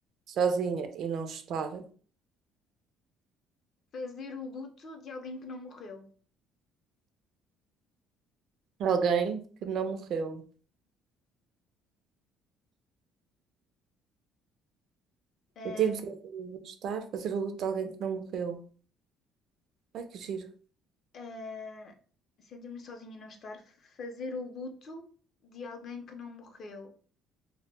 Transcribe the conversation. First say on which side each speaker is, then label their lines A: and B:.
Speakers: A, on the right (about 50°); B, on the left (about 50°).
A: sozinha e não estar
B: fazer o luto de alguém que não morreu.
A: alguém que não morreu.
B: Ah,
A: Sentir-me sozinha não estar, fazer o luto de alguém que não morreu. Ai, que giro.
B: ah, sentir-me sozinha e não estar, fazer o luto de alguém que não morreu.